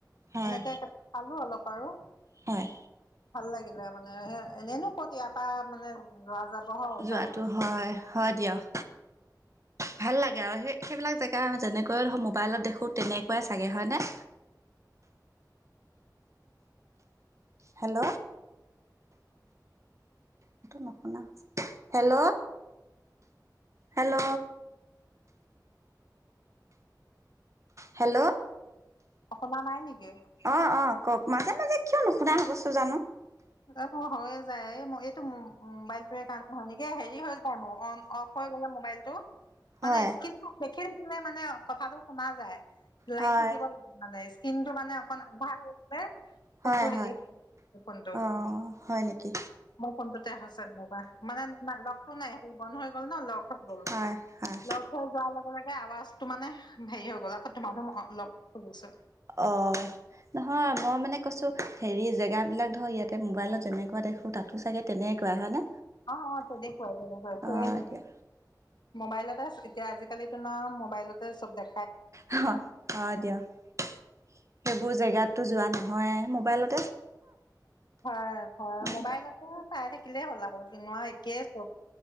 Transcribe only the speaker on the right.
হয়
হয়।
যোৱাটো
হয় হয় দিয়ক। ভাল লাগে আৰু সেই সেইবিলাক জেগা যেনেকৈ ধৰ মোবাইলত দেখো তেনেকুৱাই চাগে হয়নে।
হেল্ল'। নশুনা হেল্ল'। হেল্ল'। হেল্ল'।
অ' অ' কওক। মাজে মাজে কিয় নুশুনা হৈ গৈছো জানো!
হয়
হয়
হয়
হয়
অ' হয় নেকি?
হয় হয়
অ'। নহয় মই মানে কৈছো হেৰি! জেগাবিলাক ধৰ ইয়াতে মোবাইলত যেনেকোৱা দেখো তাতো চাগে তেনেকুৱাই হয়নে?
অ' এতিয়া
হয় অ' দিয়ক। সেইবোৰ জেগাততো যোৱা নহয়ে। মোবাইলত
আৰু